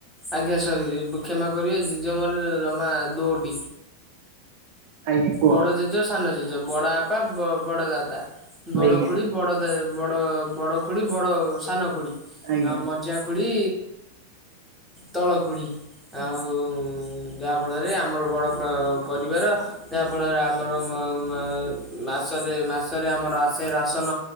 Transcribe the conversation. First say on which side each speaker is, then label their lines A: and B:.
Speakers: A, in the centre; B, on the right.
A: ଆଜ୍ଞା ସରି ଏ ବ କ୍ଷମା କରିବେ ଜେଜେ ମୋର ଜମା ଦୋଟି
B: ଆଜ୍ଞା କୁହ
A: ବଡ ଜେଜ ସାନ ଜେଜ ବଡ ବାପା ବଡ ଦାଦା ବଡ଼
B: ଆଜ୍ଞା
A: ଖୁଡ଼ି ବଡ଼ ଦା ବଡ଼ ବଡ଼ ଖୁଡ଼ି ବଡ଼ ସାନ ଖୁଡ଼ି
B: ଆଜ୍ଞା
A: ଆଉ ମଝିଆଁ ଖୁଡ଼ି ତଳ ଖୁଡ଼ି
B: ଆଜ୍ଞା
A: ଆଉ ଯାହାଫଳରେ ଆମର ବଡ଼ ପ ପରିବାର ଯାହାଫଳରେ ଆମର ମ-ମ ମାସ ମାସରେ ମାସରେ ଆମର ଆସେ ରାସନ